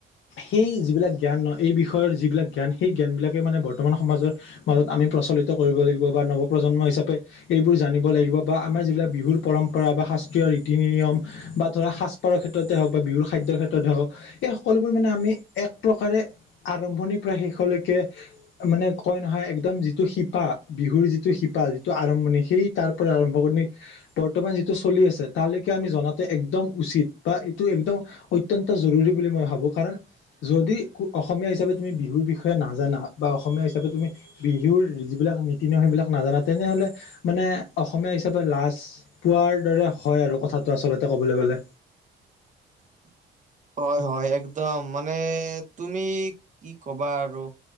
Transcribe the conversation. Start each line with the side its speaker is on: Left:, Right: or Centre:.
Left: সেই যিবিলাক জ্ঞান এই বিষয়ৰ যিবিলাক জ্ঞান সেই জ্ঞানবিলাকে মানে বৰ্তমান সমাজৰ মাজত আমি প্ৰচলিত কৰিব লাগিব বা নৱ প্ৰ্জন্ম হিচাপে এইবোৰ জানিব লাগিব বা আমাৰ যিবিলাক বিহুৰ পৰম্পৰা বা শাস্ত্ৰীয় ৰীতি নিয়ম, বা ধৰা সাজ পাৰৰ ক্ষেত্ৰতে হওক বা বিহুৰ খাদ্যৰ ক্ষেত্ৰতে হওক, এই সকলোবোৰ মানে আমি এক প্ৰকাৰে আৰম্ভণিৰ পৰা শেষলৈকে, মানে কয় নহয় একদম যিটো শিপা, বিহুৰ যিটো শিপা যিটো আৰম্ভণি সেই তাৰ পৰা আৰম্ভ কৰি, বৰ্তমান যিটো চলি আছে তালৈকে আমি জনাতো একদম উচিত বা এইটো একদম, অত্যন্ত জৰুৰী বুলি মই ভাবো কাৰণ, যদি অসমীয়া হিচাপে তুমি বিহুৰ বিষয়ে নাজানা বা অসমীয়া হিচাপে তুমি, বিহুৰ যিবিলাক নীতি নিয়ম সেইবিলাক নাজানা তেনেহ'লে মানে অসমীয়া হিচাপে লাজ, পোৱাৰ দৰে হয় আৰু কথাটো আচলতে ক'বলৈ গ'লে।
Right: <inaudible> হয় হয় একদম মানে তুমি কি ক'বা আৰু,